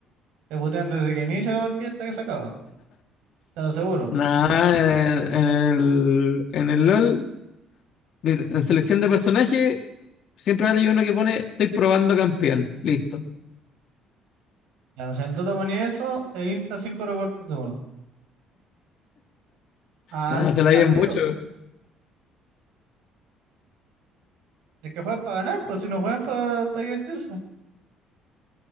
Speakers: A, on the right; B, on the left.
A: te putean desde que inicia la partida hasta que se acaba. Te lo aseguro.
B: Nada, en, el, en el LOL, mira, en selección de personaje, siempre hay uno que pone, estoy probando campeón. Listo.
A: Ya, o sea, en el Dota ponía eso e insta 5 reportes de uno. Al,
B: Ah, se la
A: al
B: llevan
A: tiro.
B: mucho.
A: El que juega para ganar, pues si no juegan para divertirse.